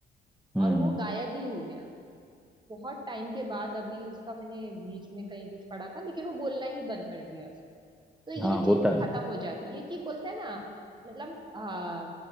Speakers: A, in the centre; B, on the right (about 20°).
A: हम्म।
B: और वो गायब ही हो गया बहुत टाइम के बाद अभी उसका मैंने बीच में कहीं कुछ पढ़ा था लेकिन वो बोलना ही बंद कर दिया उसने। तो ये
A: हाँ
B: चीज
A: होता है होता
B: खत्म हो जाती है कि बोलते हैं ना मतलब आ,